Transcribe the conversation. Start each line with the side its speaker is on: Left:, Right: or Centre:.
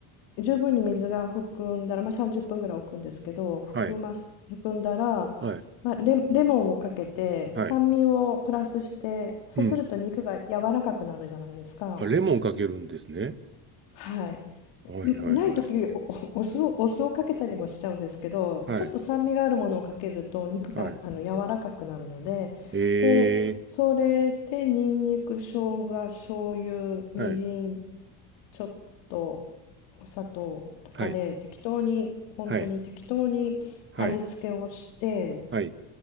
Left: 十分に水が含んだら、まあ、30分ぐらい置くんですけど含ます、
Right: はい。
Left: 含んだら、
Right: はい。
Left: まあ、レ、レモンをかけて酸味をプラスしてそうすると肉が柔らかくなるじゃないですか。
Right: はい。うん。あ、レモンかけるんですね。
Left: はい、
Right: はいはいはい。
Left: んない時おおお酢を、お酢をかけたりもしちゃうんですけどちょっと酸味があるものをかけると肉があの柔らかくなるので、
Right: はい。はい。え
Left: でそれでにんにく生姜醤油みりん
Right: ー。はい。
Left: ちょっとお砂糖とかで適当に本当に適当に味付けをして
Right: はい。はい。はい。はい。